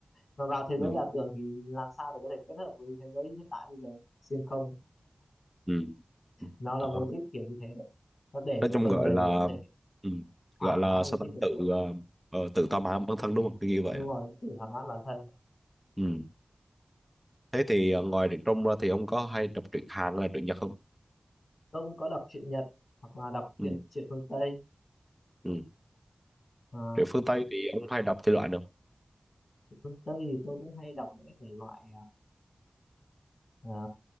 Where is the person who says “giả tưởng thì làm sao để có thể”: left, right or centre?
Left